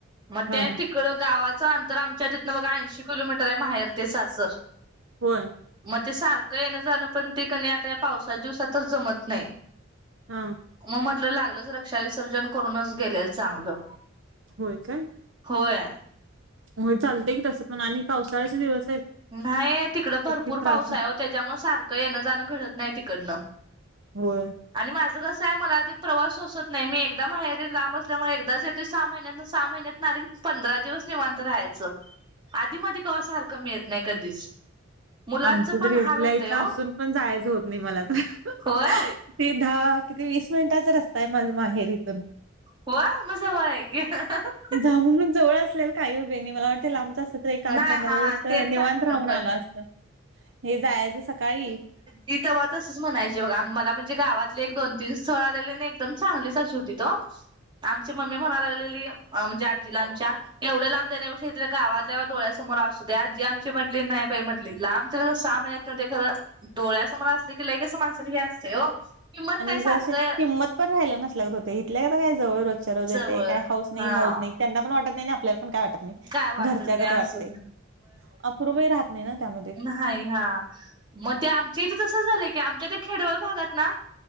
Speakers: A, on the right; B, on the right.
A: मग
B: हा
A: ते
B: हा
A: त तकडं गावाचं अंतर आमच्या तिथनं बघा ऐंशी किलोमीटर आहे माहेर ते सासर
B: होय
A: मग ते सारखं येणं जाणं पण ते क नाही आता या पावसाच्या दिवसात तर जमत नाही
B: हा
A: मग म्हटलं लागलंच रक्षा विसर्जन करूनच गेलेल चांगलं
B: होय काय
A: होय
B: होय चालतय की तसं पण आणि पावसाळ्याचे दिवस आहेत
A: नाही तिकड भरपूर
B: किती त्रास
A: पाऊस आहे त्याच्यामुळे सारखं येणं जाणं घडत नाही तिकडनं
B: होय
A: आणि माझं कसं आहे मला आ प्रवास सोसत नाही मी एकदा माहेरी लांब असल्यामुळे एकदाच येतोय सहा महिन्यात सहा महिन्यात तिथून आली की पंधरा दिवस निवांत राहायचं
B: <inaudible>
A: आधी मधी कवा सारखं मिळत नाही कधीच मुलांचं
B: आमचं
A: पण
B: तर इथल्या
A: हाल होतंय
B: इथं
A: ओ.
B: असून पण जायचं होत नाही मला तर
A: होय
B: दहा किती वीस मिनिटाचा रस्ताय माझ माहेरीईतून
A: होय म जवळ आहे की <unintelligible>
B: जाऊन जवळ असलेल काही उभे नाही मला वाटते लांबचा अस तर एक आठ
A: नाही
B: पंधरा
A: हा
B: दिवस त
A: तेच
B: निवांत
A: चांगलं
B: राहून
A: होय
B: आला
A: होय
B: असता हे जायांच सकाळी
A: ती तव्हा तसच म्हणायची बघा, मला म्हणजे गावातले एक दोन तीन स्थळ आलेले न एकदम चांगलीच अशी होती त. आमची मम्मी म्हणाय लागलेली, अ म्हणजे आजीला आमच्या, एवढं लांब देण्यापेक्षा इथ गावातल्यागावात डोळ्यासमोर आसू दे, आजी आमची म्हटली, नाही बाई म्हटली लांब त सहा महिन्या तन ते खरं डोळ्यासमोर असते कि लई कस माणसाला हे असते हो किंमत
B: आणि
A: नाही सारखं
B: जशी किंमत पण राहिलं नसल्या गत होते, इथल्याता काय जवळ रोजच्या रोज येते,
A: जवळ
B: काय हौस नाही
A: हा
B: मौज नही. त्यांना पण वाटत नही, आणि आपल्याला पण काही वाटत नही,
A: काय वाटत
B: घरच्यागत
A: नाही
B: वाटते
A: असं
B: अपूर्वही राह नही ना त्यामध्ये.
A: हाय ह्यां म ते आमच्या इथे तसं झालंय की आमच्या ते खेडवळ भागात ना